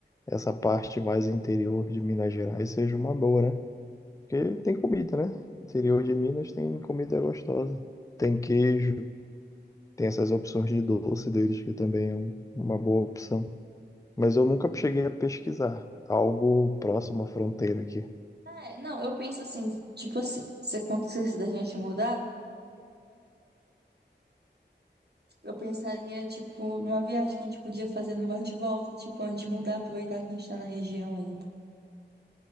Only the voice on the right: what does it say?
Ah, É, não, eu penso assim, tipo assim, se acontecesse da gente mudar, eu pensaria, tipo, numa viagem que a gente podia fazer no bate-volta, tipo, antes de mudar, aproveitar que a gente tá na região ainda.